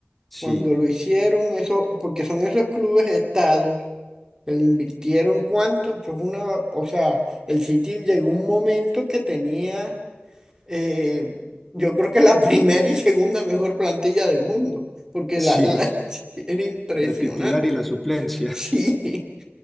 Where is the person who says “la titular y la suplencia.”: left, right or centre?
Centre